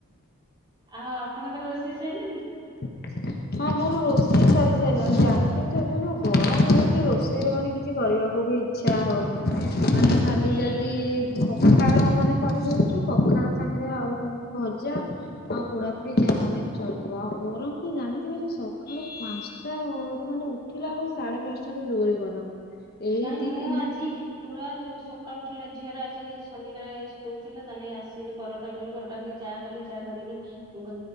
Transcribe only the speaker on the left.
<inaudible> ହଁ ମୋର ରୋଷେଇ ସରି ସାଇଲାଣି ଜାଣିଥିବି ତ ଏବେ ଯୋଉ ଗରମ ହଉଛି ରୋଷେଇରେ ମାନେ କିଛି କରିବାକୁ ବି ଇ ଇଚ୍ଛା ହଉ ମାନେ ଖାଲି ଯଦି ପଖାଳ ମାନେ କରିଦଉଛିୁ ପଖାଳ ସାଙ୍ଗରେ ଆଉ ତମେ କି ଭଜା ଆଉ ପୋଡାପୁଡି ଯାହାଲେ ବି ଚଲିବ ଆଉ ଗରମ ତ ଜାଣିଥିବେ ଯେ ସକାଳୁ ପାନ୍ସା ଟା ଅରେ ମାନେ ଉଠିଲା ବେଳକୁ ସାଢେ ପାନ୍ସ ଟା ରୁ ଜୋରେ ଗରମ ଏଇ
ଦି
ତିନି
ଦିନ